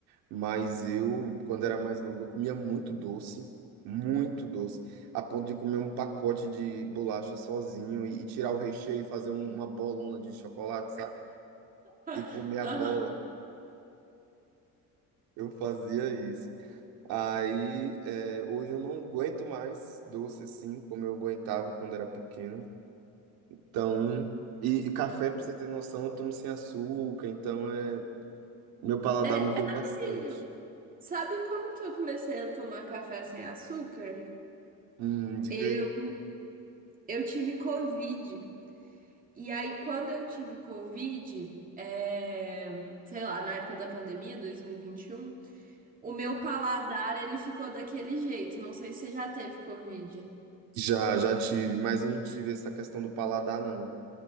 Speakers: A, on the right; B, on the right.
A: Mas eu, quando era mais novo, eu comia muito doce, muito doce, a ponto de comer um pacote de bolacha sozinho e, e tirar o recheio e fazer um- uma bolona de chocolate, sabe?
B: <laughs>
A: E comer a
B: Aham.
A: bola. Eu fazia isso. Aí, é, hoje eu não aguento mais doce assim, como eu aguentava quando era pequeno. Então, e, e café, pra você ter noção, eu tomo sem açúcar, então é, meu paladar
B: É,
A: mudou
B: sabe,
A: bastante.
B: sabe como que eu comecei a tomar café sem açúcar?
A: Hum, diga
B: Eu,
A: aí.
B: eu tive Covid. E aí, quando eu tive Covid, é, sei lá, na época da pandemia, 2021, o meu paladar, ele ficou daquele jeito. Não sei se você já teve Covid.
A: Já, já tive, mas eu não tive essa questão do paladar, não.